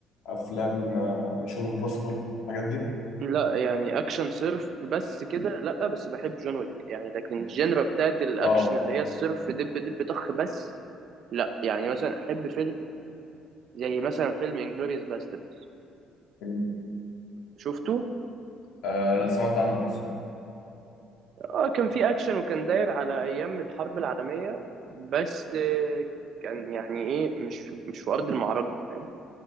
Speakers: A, on the left; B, on the right.
A: افلام ميشن امبوسيبل الحاجات دي
B: لا يعني اكشن صرف بس كده لا بس بحب جون ويك يعني لكن الجينرا بتاعت الاكشن
A: اه
B: اللي هي الصرف دب دب طخ بس لا يعني مثلا احب فيلم زي مثلا فيلم انجلوريوس باستردز
A: مم.
B: شفته
A: آه، لا سمعت عنه بس
B: اه كان فيه اكشن وكان داير على ايام الحرب العالميه بس آه، كان يعني ايه مش في مش في ارض المعركه فاهم